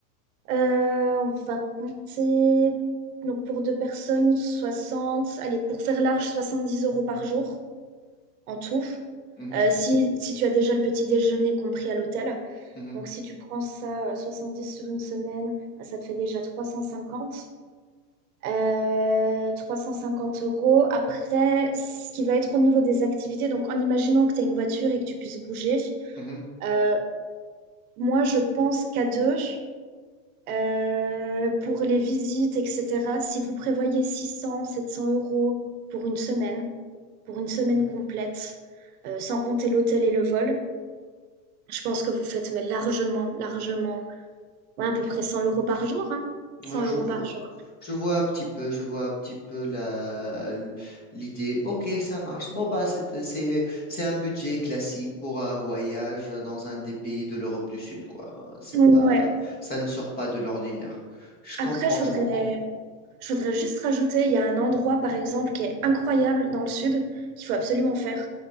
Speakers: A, on the right (about 60°); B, on the left (about 20°).
A: euh, on va compter, donc pour deux personnes, 60. allez, pour faire large, 70 euros par jour en tout.
B: mhm,
A: Euh, si, si tu as déjà le petit déjeuner compris à l'hôtel.
B: mhm,
A: Donc si tu prends ça, euh, dix sur une semaine, bah, ça te fait déjà 350. Euh, trois cent cinquante euros. Après, ce qui va être au niveau des activités, donc en imaginant que tu as une voiture et que tu puisses bouger,
B: mhm.
A: euh, moi je pense qu'à deux, Euh, pour les visites, etc., si vous prévoyez 600, 700 euros pour une semaine, pour une semaine complète, euh, sans compter l'hôtel et le vol, je pense que vous faites mais largement, largement, ouais, à peu près 100 euros par jour, hein, 100
B: Ouais, Je
A: euros
B: vois,
A: par jour.
B: je vois un petit peu, je vois un petit peu la, l'idée. Ok, ça marche. Bon, bah, c'est, c'est, c'est un budget classique pour un voyage dans un des pays de l'Europe du Sud, quoi. C'est
A: Ouais.
B: pas, ça ne sort pas de l'ordinaire. Je comprends,
A: Après, je
B: je
A: voudrais,
B: comprends.
A: je voudrais juste rajouter, il y a un endroit, par exemple, qui est incroyable dans le sud, qu'il faut absolument faire.